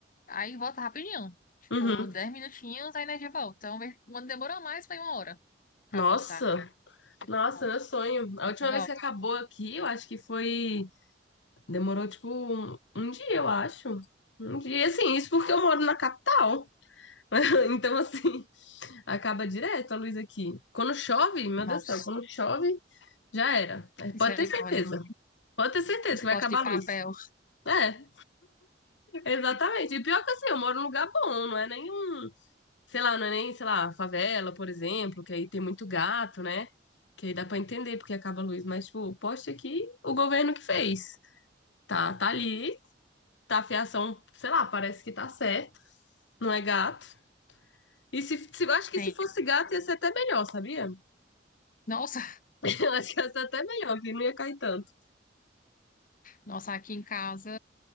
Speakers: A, on the left; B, on the left.
A: Aí volta rapidinho. Tipo,
B: Uhum.
A: 10 minutinhos a energia volta. então vez- Quando demora mais, foi uma hora pra
B: Nossa,
A: voltar. Tipo,
B: nossa, meu sonho. A
A: já
B: última
A: te volta.
B: vez que acabou aqui, eu acho que foi Demorou, tipo, um, um dia, eu acho. Um dia, assim, isso porque eu moro na capital. <laughs> Então, assim, acaba direto a luz aqui. Quando chove, meu
A: Nossa,
B: Deus do céu, quando chove, já era. É,
A: misericórdia.
B: Pode ter certeza. Pode ter certeza
A: Esporte
B: que vai acabar
A: de
B: a
A: papel.
B: luz. É, exatamente. E pior que assim, eu moro num lugar bom, não é nenhum, sei lá, não é nem, sei lá, favela, por exemplo, que aí tem muito gato, né? Que aí dá pra entender porque acaba a luz. Mas, tipo, o poste aqui, o governo que fez. Tá, tá ali tá, a fiação, sei lá, parece que tá certo, não é gato. E se, se eu acho que
A: Tem.
B: se fosse gato ia ser até melhor, sabia?
A: Nossa.
B: <laughs> Eu acho que ia ser até melhor, que não ia cair tanto.
A: Nossa, aqui em casa